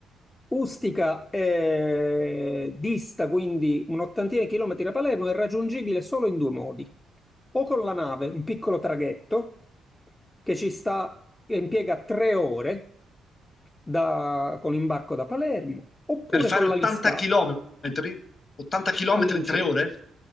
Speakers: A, on the left (about 15°); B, on the left (about 40°).
A: Ustica eh, dista quindi un'ottantina di chilometri da Palermo, è raggiungibile solo in due modi. O con la nave, un piccolo traghetto che ci sta, che impiega tre ore da- con l'imbarco da Palermo, oppure
B: Per fare
A: con
B: 80
A: la Liscao
B: chilometri, 80 chilometri
A: all'incirca.
B: in tre ore?